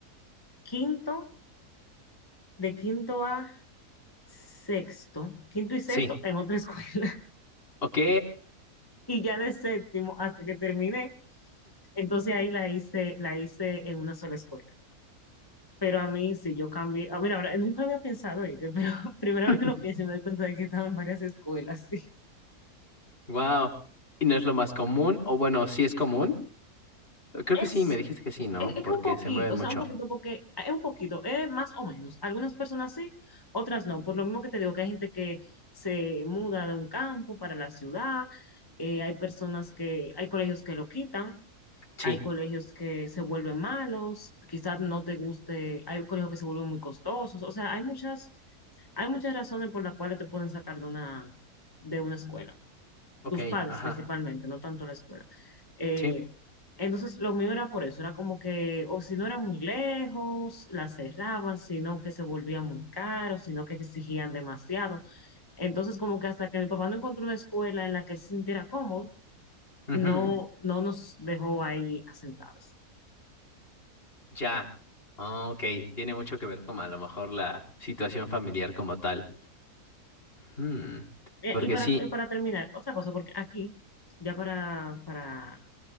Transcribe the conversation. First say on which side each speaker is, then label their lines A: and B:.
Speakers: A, on the left (about 20°); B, on the left (about 40°).
A: quinto, de quinto a sexto, quinto y sexto
B: sí.
A: en otra escuela. <laughs>
B: Ok,
A: Y ya de séptimo hasta que terminé, entonces ahí la hice, la hice en una sola escuela. Pero a mí sí, yo cambié. A ver, ahora nunca había pensado, ¿oíste? pero <laughs> primera
B: <laughs>
A: vez que lo pienso y me doy cuenta de que estaba en varias escuelas, sí.
B: wow. ¿Y no es lo más común? O bueno, sí es común. Creo
A: Es
B: que sí, me dijiste que sí, ¿no?
A: Es, es
B: Porque
A: que un poquito,
B: se mueven mucho.
A: o sea, un poquito, porque es un poquito, es más o menos. Algunas personas sí, otras no. Por lo mismo que te digo que hay gente que se muda de un campo para la ciudad, eh, hay personas que, hay colegios que lo quitan,
B: Sí,
A: hay colegios que se vuelven malos, quizás no te guste, hay colegios que se vuelven muy costosos. O sea, hay muchas, hay muchas razones por las cuales te pueden sacar de una, de una escuela
B: ok,
A: tus padres
B: ajá,
A: principalmente, no tanto la escuela. Eh,
B: sí.
A: entonces, lo mío era por eso, era como que, o si no era muy lejos, la cerraban, sino que se volvía muy caro, sino que exigían demasiado. Entonces, como que hasta que mi papá no encontró una escuela en la que él se sintiera cómodo,
B: ujú,
A: no, no nos dejó ahí asentados.
B: Ya. Ah, ok, tiene mucho que ver con a lo mejor la situación familiar como tal. Mm,
A: Eh,
B: porque
A: Y para,
B: sí,
A: y para terminar, otra cosa, porque aquí, ya para, para